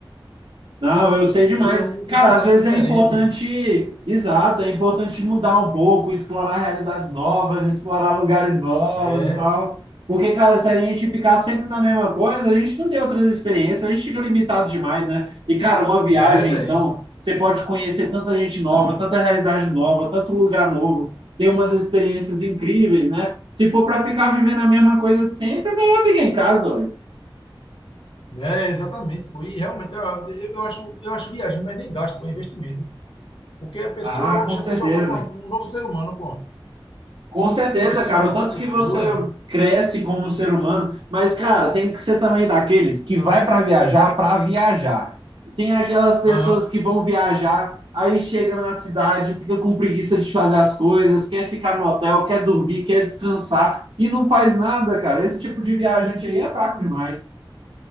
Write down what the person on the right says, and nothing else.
Não, eu sei demais.
Cara,
às vezes
é importante, exato, é importante mudar um pouco, explorar realidades novas, explorar lugares novos
e tal. Porque, cara, se a gente ficar sempre na mesma coisa, a gente não tem outras experiências, a gente fica limitado demais, né? E, cara, uma viagem,
então, você pode conhecer tanta gente nova, tanta realidade nova, tanto lugar novo, ter umas experiências incríveis, né? Se for para ficar vivendo a mesma coisa sempre, é melhor ficar em casa, olha.
Ah,
com certeza.
Com certeza,
cara,
o tanto
que você cresce como ser humano, mas, cara, tem que ser também daqueles que vai para viajar para viajar. Tem aquelas pessoas
que vão viajar, aí chega na cidade, fica com preguiça de fazer as coisas, quer ficar no hotel, quer dormir, quer descansar e não faz nada, cara. Esse tipo de viajante aí é fraco demais.